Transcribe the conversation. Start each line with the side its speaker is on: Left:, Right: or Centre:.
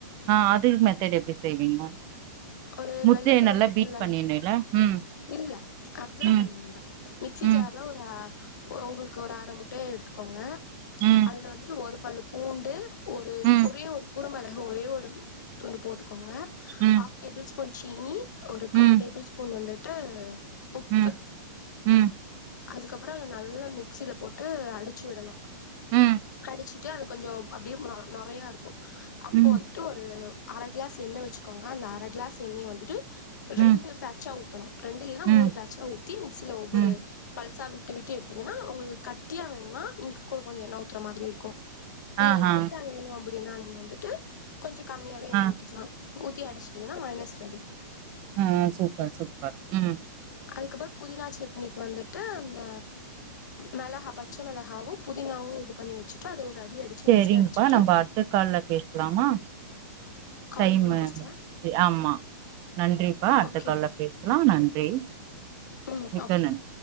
Right: <unintelligible> ஆ அதுகுமே தேட் எப்டி செய்வீங்மா
Left: ஒரு
Right: முட்டய
Left: வெள்ளக்கரு
Right: நல்லா
Left: இருக்குல்ல
Right: பீட் பண்ணினு இல்ல ம்
Left: இல்ல அப்ஜலா
Right: ம்,
Left: பண் வேண்டா மிக்ஸி
Right: ம்,
Left: ஜார்ல ஒரு ஆ ஒ உங்குள்க்கு ஒர் அர முட்டய எடுத்துக்கோங்க
Right: ம்,
Left: அதுல வந்துட்டு ஒரு பல்லு பூண்டு ஒரூ
Right: ம்,
Left: ஒரே ஒரு குறுமிளகு ஒரே ஒரு துண்டு போட்டுகோங்க
Right: ம்,
Left: ஆப் டேபிள் ஸ்பூன் சீனி ஒரு
Right: ம்,
Left: கா டேபிள் ஸ்பூன் வந்துட்டு உப்பு
Right: ம், ம், ம்,
Left: அதுக்கப்புறோ நல்லா மிக்சில போட்டு அடிச்சி விடணு
Right: ம்,
Left: அடிச்சிட்டு அது கொஞ்சோ அப்டியே நொ நொறையாருக்கு அப்போ
Right: ம்,
Left: வந்துட்டு ஒரு அர கிலாஸ் எண்ணெ வச்சுக்கோங்க அந்த அர கிளாஸ் எண்ணெய வந்துட்டு
Right: ம்,
Left: ரெண்டு பேக்ஷா தணு ரெண்டு இல்னா
Right: ம்,
Left: மூணு பேச்சா த்தி மிக்சில ஒவ்வொரு
Right: ம்.
Left: பல்சா விட்டு விட்டு எடுத்தீங்கனா உங்களுக் கட்டியா வேணுனா இங்க கூட கொஞ்சொ எண்ண ஊத்ற மாதிரிருக்கு இல்ல
Right: ஆஹா.
Left: லைட்டா வேணு அம்ப அப்டினா நீங் வந்துட்டு கொஞ்சொ கம்மியாவே எண்ண
Right: ஆ.
Left: ஊத்திக்கிலா ஊத்தி அடிச்சிடிங்கினா மையனஸ் ரெடி
Right: ஆஹ் சூப்பர் சூப்பர் உம்
Left: அதுக்கப்றோ புதினா சட்னிக் வந்துட்டு அந்த மெளகா பச்ச மெளகாவு புதினாவு து பண்ணி வச்சுட்டு அது ஒரு அடி அடிச்சு
Right: செரிங்கப்பா
Left: மிக்சில அடிச்சுட்டு
Right: நம்ம அடுத்த கால்ல பேசலாமா
Left: கால்
Right: டைமு
Left: முடிஞ்சிருச்சா
Right: ஆமா நன்றிப்பா அடுத்த
Left: ஓகே
Right: கால்ல பேச லா நன்றி
Left: ம்
Right: மிக்க
Left: ஓகே
Right: நன்றி.